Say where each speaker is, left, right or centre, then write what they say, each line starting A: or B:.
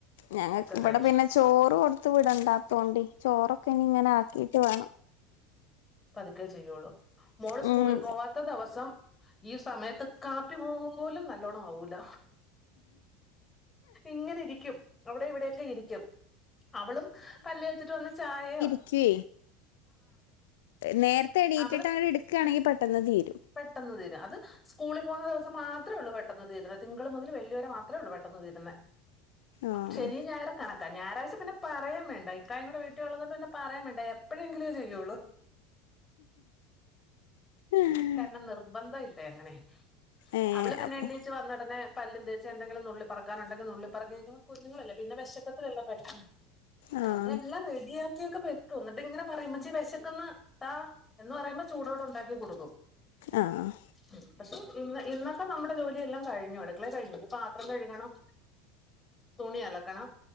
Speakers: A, on the left; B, on the left.
A: ഞങ്ങക്കിവിടെ
B: കഴിഞ്ഞു
A: പിന്നെ ചോറ് കൊടുത്ത വിടണ്ടാത്തോണ്ടി ചോറൊക്കെ ഇനി ഇങ്ങനെ ആക്കിട്ട് വേണം
B: പതുക്കേ ചെയ്യുള്ളൂ മോള്
A: ഉം
B: സ്കൂളി പോവാത്ത ദിവസം ഈ സമയത്ത് കാപ്പി പോലും നല്ലോണം ആവൂല ഇങ്ങനെയിരിക്കും അവിടെ ഇവിടെക്കെ ഇരിക്കും അവളും പല്ല് തേച്ചിട്ട് വന്ന് ചായ
A: ക്ക് നേരത്തെ എണീറ്റിട്ട്
B: അവളും
A: അങ്ങടെടുക്കാണെങ്കി പെട്ടെന്ന് തീരും
B: പെട്ടെന്ന് തീരും അത് സ്കൂളിൽ പോകുന്ന ദിവസം മാത്രേ ഉള്ളൂ പെട്ടെന്ന് തീരുന്നെ തിങ്കൾ മുതൽ വെള്ളി വരെ മാത്രേ ഉള്ളൂ പെട്ടെന്ന് തീരുന്നെ
A: ആഹ്
B: ശനിയും ഞായറും കണക്ക ഞായാഴ്ച പിന്നെ പറയും വേണ്ട ഇക്കാ കൂടെ വീട്ടിലുള്ളത് കൊണ്ട് പിന്നെ പറയും വേണ്ട എപ്പഴെങ്കിലും ചെയ്യുള്ളൂ
A: ഏഹ്
B: കാരണം നിർബന്ധംല്ല അങ്ങനെ
A: ഏഹ്
B: അവള് പിന്നെ
A: അപ്പൊ
B: എണീ ണീച്ചു വന്നടെനെ പല്ലും തേച്ചു എന്തെങ്കിലും നുള്ളി പററക്കാനുണ്ടെങ്കിൽ നുള്ളി പറക്കി കഴിഞ്ഞ കുഞ്ഞുങ്ങളല്ല പിന്നെ വിശക്കത്തില്ലല്ലോ പെട്ടെന്ന്
A: ആഹ്
B: അതെല്ലാം റെഡിയ കിക്കോ വെക്കും എന്നിട്ടിങ്ങനെ പറയു ഉമ്മച്ചി വിശക്കന്ന് താ എന്ന് പറയുമ്പോ ചൂടോടെ ഉണ്ടാക്കി കൊടുക്കും
A: ആഹ്
B: ഉം പക്ഷെ ഇന്ന് ഇന്നൊക്കെ നമ്മുടെ ജോലിയെല്ലാം കഴിഞ്ഞു അടുക്കളെ കഴിഞ്ഞു ഇനി പാത്രം കഴുകണം തുണി അലക്കണം